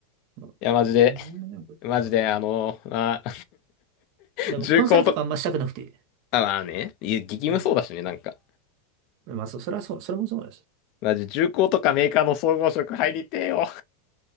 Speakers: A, on the right; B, on the left.
A: う
B: いや、マジで、
A: んなんだねこれ
B: マジで、あの、まあ
A: でもコンサルとかあんましたくなくて。
B: <laughs> 重工と、あ、まあね、いや激務そうだしね、
A: う
B: なんか。
A: んまあ、そう、それはそう、それもそうです。
B: マジ重工とかメーカーの総合職入りてえよ。